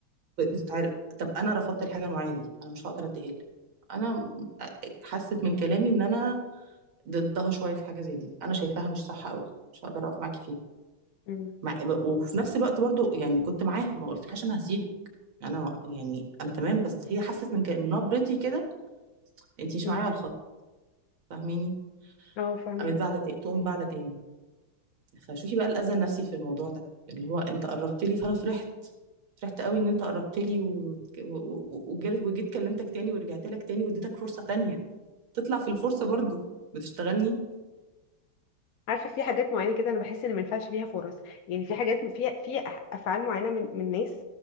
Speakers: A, on the right; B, on the left.
A: ب- بتتعرق طب انا رفضت الحاجه المعينه دي انا مش هقدر اديها لك انا م- حست من كلامي ان انا ضدها شويه في حاجه زي دي انا شايفاها مش صح قوي مش هقدر اقف معاكي فيها
B: امم
A: مع... وفي نفس الوقت برضو يعني كنت معاها ما قلتلهاش انا هسيبك انا يعني انا تمام بس هي حست من ك... من نبرتي كده انت مش
B: امم
A: معايا على الخط فاهماني
B: اه فاهمك
A: قامت بعد تقوم بعد تاني فشوفي بقى الأذى النفسي في الموضوع ده اللي هو انت قربت لي فانا فرحت فرحت قوي ان انت قربت لي و... و... و- وجيت وجيت كلمتك تاني ورجعت لك تاني واديتك فرصة تانية تطلع في الفرصة برضو بتشتغلني
B: عارفه في حاجات معينه كده انا بحس ان ما ينفعش فيها فرص يعني في حاجات فيها في أح- افعال معينه من من ناس